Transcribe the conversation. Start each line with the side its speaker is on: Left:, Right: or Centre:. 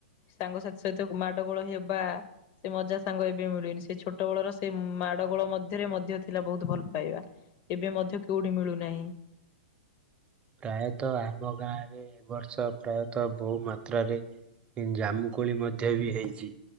Left: ସାଙ୍ଗସାଥି ସହିତ ମା ମାଡ଼ ଗୋଳ ହେବା ସେ ମଜା ସାଙ୍ଗ ଏବେ ମିଳୁନି। ସେ ଛୋଟବେଳର ସେ ମାଡ ଗୋଳ ମଧ୍ୟରେ ମଧ୍ୟ ଥିଲା ବହୁତ ଭଲ ପାଇବା। ଏବେ ମଧ୍ୟ କେଉଠି ମିଳୁନାହିଁ।
Right: ପ୍ରାୟତଃ ଆମ ଗାଁରେ ଏ ବର୍ଷ ପ୍ରାୟତଃ ବହୁ ମାତ୍ରାରେ ଜାମୁକୋଳି ମଧ୍ୟ ବି ହେଇଛି।